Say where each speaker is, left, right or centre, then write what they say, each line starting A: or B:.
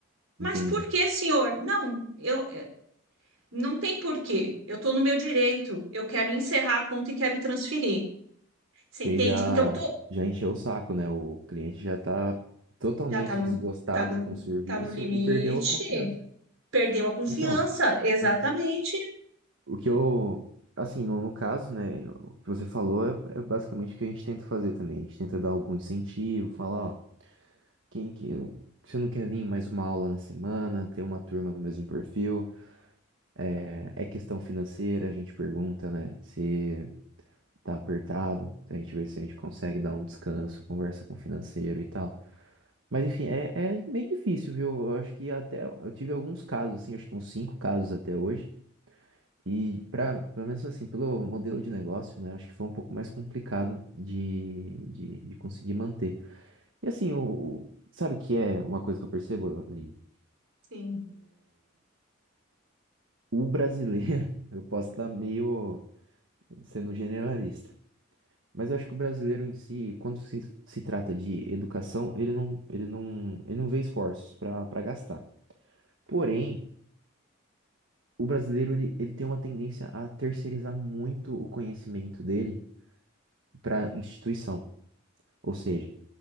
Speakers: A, on the right; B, on the right.
A: Mas
B: entendi.
A: por que, senhor? Não, eu eu- não tem porquê. Eu estou no meu direito. Eu quero encerrar a conta e quero transferir. Você
B: Que
A: entende?
B: aí já,
A: Então tô
B: já encheu o saco, né? O cliente já tá totalmente
A: já tá no
B: desgostado
A: tá no
B: com o serviço
A: tá no limite.
B: e perdeu a confiança.
A: Perdeu a confiança,
B: Então,
A: exatamente.
B: é, o que eu, assim, no, no caso, né? O que você falou é, é basicamente o que a gente tenta fazer também. A gente tenta dar algum incentivo, falar, ó, quem que. Você não quer vir em mais uma aula na semana, ter uma turma do mesmo perfil? É, é questão financeira, a gente pergunta, né? Se tá apertado, a gente vê se a gente consegue dar um descanso, conversa com o financeiro e tal. Mas enfim, é, é meio difícil, viu? Eu acho que até eu tive alguns casos, assim, acho que uns cinco casos até hoje. E para, pelo menos assim, pelo modelo de negócio, né? Acho que foi um pouco mais complicado de, de, de conseguir manter. E assim, o, o- sabe o que é uma coisa que eu percebo, Aline?
A: Sim,
B: O brasileiro, <laughs> eu posso estar meio sendo generalista, Mas eu acho que o brasileiro em si, quando se, se trata de educação, ele não, ele não, ele não vê esforços para para gastar. Porém, o brasileiro ele, ele tem uma tendência a terceirizar muito o conhecimento dele para instituição. Ou seja,